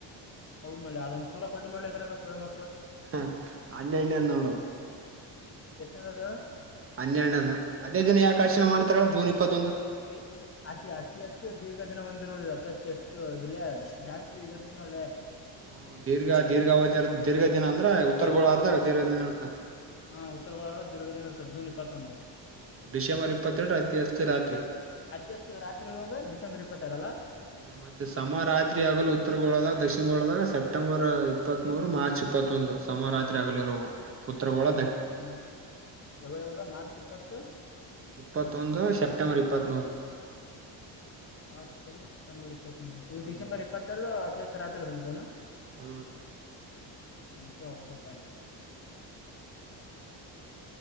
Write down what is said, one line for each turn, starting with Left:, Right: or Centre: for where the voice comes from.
Left: ಹೌದ್ ಒಳ್ಳೆ ಅದೊಂದ ಪೂರ ಹೋಟಲ್ ಒಳ್ಳೆದಾಗ ಸೋೊಳ್ಳೆ ಮಕ್ಳ
Right: ಹ ಅವ್ನ ಎಲ್ಲೆ ಇದಾನೆ ನೋಡು
Left: ಎಷ್ಟ ಎಂತದೇವ
Right: ಹನ್ನೆರಡನಂದ ಅದೇ ದಿನ ಯಾಕೆ ಅರ್ಚಣೆ ಮಾಡ್ತಾರ ಜೂನ್ ಇಪ್ಪತ್ತೊಂದು
Left: ಇ ಅತಿ ಅತಿ ಹೆಚ್ಚು ದೀರ್ಘ ದಿನ ಹೊಂದಿರುವುದು ಅತಿ ಹೆಚ್ಚು ಎಷ್ಟು ಇದಲ್ಲಿ ಜಾಸ್ತಿ ಇದಿರ್ತ ನೋಡೆ
Right: ಹೂ ದೀರ್ಘ ದೀರ್ಘಾವಧಿ ದೀರ್ಘ ದಿನ ಅಂದ್ರೆ ಉತ್ತರ
Left: ಹಾ
Right: ಗೋಳ ಅರ್ದಾಗ ದೀರ್ಘ ದಿನ ಇರು್ದ
Left: ಹಾ ಉತ್ತರ ಗೋಳ ದೀರ್ಘದಿನ ಇರ್ತದೆ ಜೂನ್ ಇಪ್ಪತ್ತೊಂದು
Right: ಡಿಸೆಂಬರ್ ಇಪ್ಪತ್ತೆರಡು ಐತಿ ರಾತ್ರಿ
Left: ಅತಿ ಹೆಚ್ಚು ರಾತ್ರಿದ ಡಿಸೆಂಬರ್ ಇಪ್ಪತ್ತೆರಡ ಅಲ್ಲ
Right: ್ಮ ಮತ್ತೆ ಸಮ ರಾತ್ರಿ ಆಗಲು ಉತ್ತರ ಗೋಳದಾಗ ದಕ್ಷಿಣ ಗೋಳದಾಗ ಸೆಪ್ಟೆಂಬರ್ ಇಪ್ಪತ್ತ್ ಮೂರು ಮಾರ್ಚ್ ಇಪ್ಪತ್ತ್ ಸಮ ರಾತ್ರಿ ಆಗಲಿರ ಉತ್ತರ ಒಳ
Left: ಹೂ ಯಾವಾಗ ಯಾವಾಗ ಮಾರ್ಚ್ ಇಪ್ಪತ್ತು
Right: ಇಪ್ಪತ್ತೊಂದು ಸೆಪ್ಟೆಂಬರ್ ಇಪ್ಪತ್ಮೂರು
Left: ಮಾರ್ಚ್ ಇಪ್ಪತ್ತಂದು ಸೆಪೆಂಬರ್ ಇಪ್ಪತ್ಂದು ಈ
Right: ಹ್ಮ್
Left: ಡಿಸೆಂಬರ್ ಇಪ್ಪತ್ತೆರು ಅತಿಾಸ ರಾತ್ರಿ ಇರ್ತಲಾ
Right: ಹೂ
Left: ಮುಖ ಹಕ